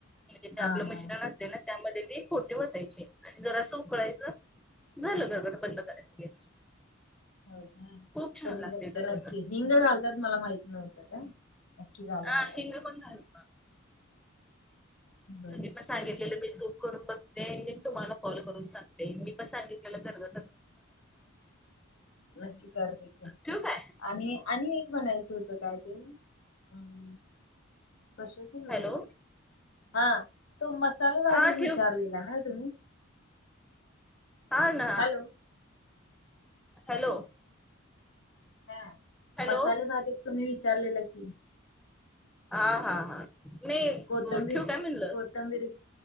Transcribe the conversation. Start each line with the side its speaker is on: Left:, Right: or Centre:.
Centre: म्हणजे ते आपलं
Left: हा
Centre: मिश्रण
Left: हा हा
Centre: असते ना त्यामध्ये ते खोटे वतायचे जरा असं उकळायचं झालं घरगड बंद करायचं गॅस.
Left: हो का
Centre: खूप छान
Left: करून
Centre: लागते
Left: बघते
Centre: बरोबर.
Left: नक्की हिंग घालतात मला माहित नव्हतं का नक्की घालेन
Centre: आ हिंग पण घालतात.
Left: बर
Centre: तुम्ही पण सांगितलेलं मी सूप करून बघते तुम्हाला कॉल करून सांगते मी पण सांगितलेलं गरफट
Left: नक्की करते की
Centre: ठेवू काय?
Left: आणि आणि एक म्हणायचं होतं का ते अम कशाच बरं
Centre: हॅलो
Left: हा तो मसाले बारीक
Centre: हा ठेव
Left: विचारलेला ना तुम्ही?
Centre: हा ना
Left: हॅलो
Centre: हॅलो
Left: हा
Centre: हॅलो
Left: मसाले भात एक तुम्ही विचारलेला की.
Centre: आ हा हा नाही
Left: कोथिंबीर
Centre: ठेवू
Left: कोथिंबीर
Centre: काय म्हणलं
Left: कोथांबिरी